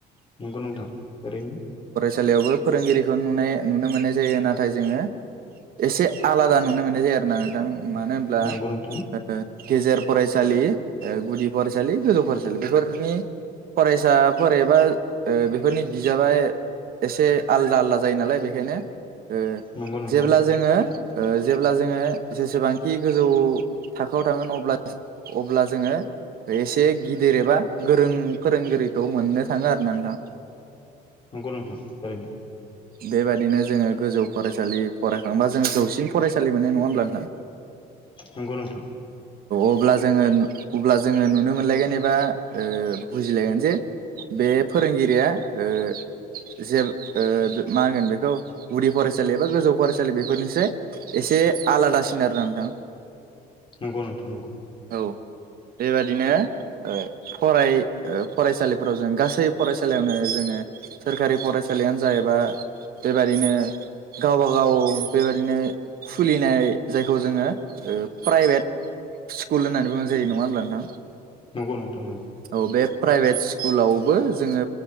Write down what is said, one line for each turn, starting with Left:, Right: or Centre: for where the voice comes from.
Left: नंगौ नोंथां ओरैनो
Right: थसालियावबो फोरोंगिरिखौ नुनाय नुनो मोननाय जायो नाथाय जोङो एसे आलादा नुनो मोननाय जायो आरोना नोंथां मानो होनब्ला
Left: नंगौ नोंथां
Right: ओ गेजेर फरायसालि ओ गुदि फरायसालि गोजौ फरायसालि बेफोरनि फरायसाफोर एबा ओ बेफोरनि बिजाबा एसे आलदा आलदा जायो नालाय बे बेखायनो ओ
Left: नंगौ नोंथां
Right: जेब्ला जोङो ओ जेब्ला जोङो जेसेबांखि गोजौ थाखोआव थांगोन अब्ला अब्ला जोङो एसे गिदिर एबा गोरों फोरोंगिरिखौ मोननो थाङो आर ना नोंथां
Left: नंगौ नोंथां ओरैनो
Right: बेबायदिनो जोङो गोजौ फरायसालि फरायखांबा जोङो जौसिन फरायसालि मोननाय नङा होनब्लाानोंथां
Left: नंगौ नोंथां
Right: अब्ला जोङो अब्ला जोङो नुनो मोनलायगोन एबा ओ बुजिलायगोन जे बे फोरोंगिरिया ओ जे ओ मा होनगोन बेखौ गुदि फरायसालि एबा गोजौ फरायसालि बेफोरनिसै एसे आलादासिन आरो दा नोंथां <inaudible>
Left: नंगौ नोंथौ नंगौ
Right: औ बेबादिनो ओ फराय ओ फरायसालिफोराव जों गासै फरायसालियावनो जोङो सोरखारि फरायसालियानो जाहैबा बेबादिनो गावबा गाव बेबायदिनो खुलिनाय जायखौ जोङो प्राइभेट स्कुल होननानै बुंनाय जायो नङा होमब्ला नोंथां
Left: नंगौ नोंथां नंगौ
Right: औ बे प्राइभेट स्कुलाव बो जोङो